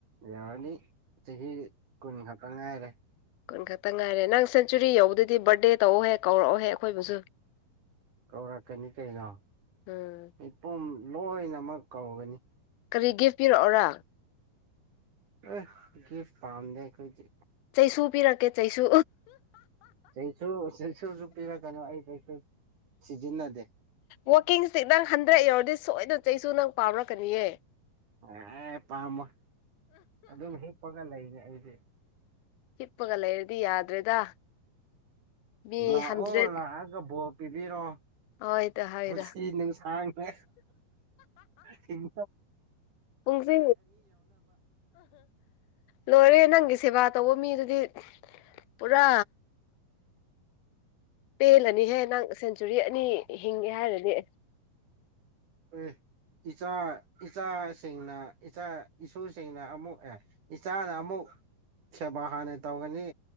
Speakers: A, on the right (about 55°); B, on the left (about 80°).
A: ꯌꯎꯂꯤ ꯆꯍꯤ ꯀꯨꯟꯈꯇꯉꯥꯏꯔꯦ
B: ꯀꯨꯟ ꯈꯛꯇ ꯉꯥꯏꯔꯦ ꯅꯪ ꯁꯦꯟꯆꯨꯔꯤ ꯌꯧꯕꯗꯗꯤ ꯕꯥꯔꯠꯗꯦ ꯇꯧꯑꯣꯍꯦ ꯀꯧꯔꯛꯑꯣꯍꯦ ꯑꯩꯈꯣꯏꯕꯨꯁꯨ
A: ꯀꯧꯔꯛꯀꯅꯤ ꯀꯩꯅꯣ
B: ꯎꯝ
A: ꯃꯤꯄꯨꯝ ꯂꯣꯏꯅꯃꯛ ꯀꯧꯒꯅꯤ
B: ꯀꯔꯤ ꯒꯤꯐ ꯄꯤꯔꯛꯑꯣꯔ
A: ꯑꯦ ꯒꯤꯞ ꯄꯝꯗꯦꯈꯣꯏꯗꯤ
B: ꯆꯩꯁꯨ ꯄꯤꯔꯛꯀꯦ ꯆꯩꯁꯨ
A: ꯆꯩꯁꯨ ꯆꯩꯁꯨꯁꯨ ꯄꯤꯔꯛꯀꯅꯨ ꯑꯩ ꯀꯩꯁꯨ ꯁꯤꯖꯤꯟꯅꯗꯦ
B: ꯋꯥꯀꯤꯡ ꯏꯁꯇꯤꯛ ꯅꯪ ꯍꯟꯗ꯭ꯔꯛ ꯌꯧꯔꯗꯤ ꯁꯣꯏꯗꯅ ꯆꯩꯁꯨ ꯅꯪ ꯄꯥꯝꯔꯛꯀꯅꯤꯑ
A: ꯑꯦ ꯄꯥꯝꯃꯣꯢ ꯑꯗꯨꯝ ꯍꯤꯞꯄꯒ ꯂꯩꯅꯤ ꯑꯩꯁꯦ
B: ꯍꯤꯄꯒ ꯂꯩꯔꯗꯤ ꯌꯥꯗ꯭ꯔꯦꯗ ꯃꯤ
A: ꯂꯥꯛꯑꯣ
B: ꯍꯟꯗ꯭ꯔꯦꯠ
A: ꯂꯥꯛꯑꯒꯕꯣ ꯄꯤꯕꯤꯔꯣ
B: ꯍꯣꯏꯗ ꯍꯣꯏꯗ
A: ꯄꯨꯟꯁꯤ ꯅꯨꯡꯁꯥꯡꯅ ꯍꯤꯡ
B: ꯄꯨꯨꯡꯁꯤ ꯂꯣꯏꯔꯦ ꯅꯪꯒꯤ ꯁꯦꯕꯥ ꯇꯧꯕ ꯃꯤ ꯑꯗꯨꯗꯤ ꯄꯨꯔꯥ ꯄꯦꯜꯂꯅꯤꯍꯦ ꯅꯪ ꯁꯦꯟꯆꯨꯔꯤ ꯑꯅꯤ ꯍꯤꯡꯒꯦ ꯍꯥꯏꯔꯅꯦ
A: ꯎ ꯏꯆꯥ ꯏꯆꯥꯁꯤꯡꯅ ꯏꯆꯥ ꯏꯁꯨꯁꯤꯡꯅ ꯑꯃꯨꯛ ꯏꯆꯥꯅ ꯑꯃꯨꯛ ꯁꯦꯕꯥ ꯍꯥꯟꯅ ꯇꯧꯒꯅꯤ